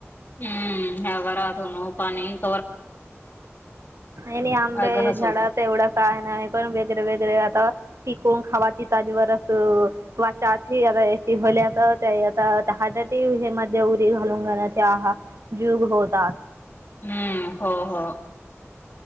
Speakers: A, on the left; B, on the right.
A: हम्म. न वरा धोनो पाणी --
B: आणि आंबे
A: अ घस
B: झाडात
A: होते
B: एवढा काय नाही पण वेगैरे वेगैरे आता -- तिकण खावाची तजवरच वाचाची आता एसी होल्या तर आता हार्ट अटक हे मध्ये उरी घालून घाण्याचे जुग होतात.
A: हम्म, हो, हो.